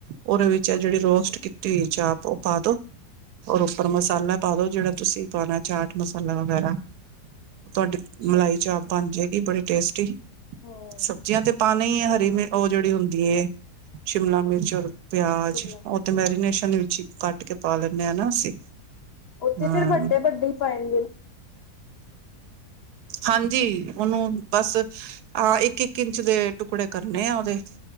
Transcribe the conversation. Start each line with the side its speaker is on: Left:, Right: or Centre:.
Right: ਉਹਦੇ ਵਿੱਚ ਜਿਹੜੀ ਰੋਸਟ
Left: ਅੱਛਾ-ਅੱਛਾ।
Right: ਕੀਤੀ ਹੋਈ ਚਾਪ ਉਹ ਪਾ ਦੋ ਔਰ ਉੱਪਰ ਮਸਾਲਾ ਪਾ ਦੋ ਜਿਹੜਾ ਤੁਸੀਂ ਪਾਣਾ ਚਾਟ ਮਸਾਲਾ ਵਗੈਰਾ ਤੁਹਾਡੀ
Left: ਅੱਛਾ
Right: ਮਲਾਈ
Left: ਅੱਛਾ
Right: ਚਾਪ
Left: ਹਾਂ
Right: ਬਣ ਜਾਏਗੀ ਬੜੀ ਟੇਸਟੀ
Left: ਹਮ
Right: ਸਬਜ਼ੀਆਂ ਤੇ ਪਾਉਣਾ ਹੀ ਹੈ ਹਰੀ
Left: ਹਾਂ
Right: ਮ ਉਹ ਜਿਹੜੀ ਹੁੰਦੀ ਸ਼ਿਮਲਾ ਮਿਰਚ ਪਿਆਜ
Left: ਸ਼ਿਮਲਾ ਮਿਰਚ
Right: ਉਹ ਤੇ ਮੈਰੀਨੇਸ਼ਨ ਵਿੱਚ ਹੀ ਕੱਟ ਕੇ ਪਾ ਲੈਂਦੇ ਹਾਂ ਨਾ ਅਸੀਂ
Left: ਉਹਥੇ
Right: ਹਾਂ
Left: ਫਿਰ ਵੱਡੇ ਵੱਡੇ ਪਏਗੇ
Right: ਹਾਂਜੀ ਉਹਨੂੰ ਬਸ ਆਹ ਇੱਕ ਇੱਕ ਇੰਚ ਦੇ ਟੁਕੜੇ ਕਰਨੇ ਆ ਉਹਦੇ